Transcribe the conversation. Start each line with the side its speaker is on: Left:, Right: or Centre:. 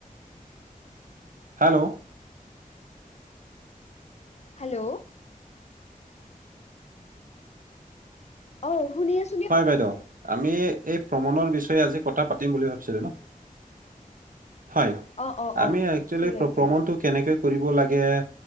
Right: হেলো।
Left: হেলো। অ', শুনি আছ
Right: হয় বাইদেউ, আমি এই প্ৰমণৰ বিষয়ে আজি কতা পাতিম বুলি ভাবিছিলোঁ ন'? হয়,
Left: অ অ
Right: আমি
Left: অ
Right: একচলি
Left: ঠিক
Right: প্ৰ-প্ৰমণটো
Left: আছে
Right: কেনেকে কৰিব লাগে